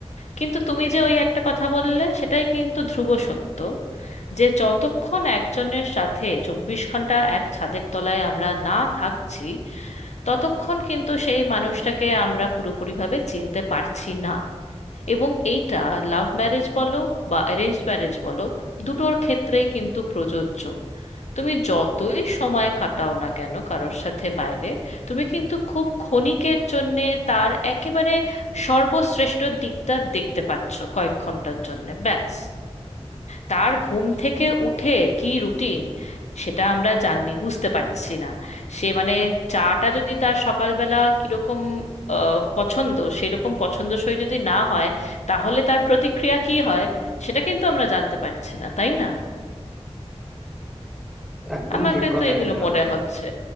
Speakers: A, on the left; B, in the centre.
A: কিন্তু তুমি যে ওই একটা কথা বললে সেটাই কিন্তু ধ্রুব সত্য যে যতক্ষণ একজনের সাথে চব্বিশ ঘন্টা এক ছাদের তলায় আমরা না থাকছি ততক্ষণ কিন্তু সেই মানুষটাকে আমরা পুরোপুরিভাবে চিনতে পারছি না এবং এইটা লাভ ম্যারেজ বলো বা অ্যারেঞ্জড ম্যারেজ বলো দুটোর ক্ষেত্রেই কিন্তু প্রযোজ্য তুমি যতই সময় কাটাও না কেন কারোর সাথে বাইরে তুমি কিন্তু খুব ক্ষণিকের জন্যে তার একেবারে সর্বশ্রেষ্ঠ দিকটা দেখতে পাচ্ছ কয়েক ঘন্টার জন্যে ব্যাস তার ঘুম থেকে উঠে কি রুটিন সেটা আমরা জানি বুঝতে পারছি না সে মানে চাটা যদি তার সকালবেলা কিরকম আহ, পছন্দ সেরকম পছন্দসই যদি না হয় তাহলে তার প্রতিক্রিয়া কি হয় সেটা কিন্তু আমরা জানতে পারছি না তাই না
B: একদম
A: আমার
B: ঠিক
A: কিন্তু
B: কথা
A: এগুলো
B: এটা
A: মনে হচ্ছে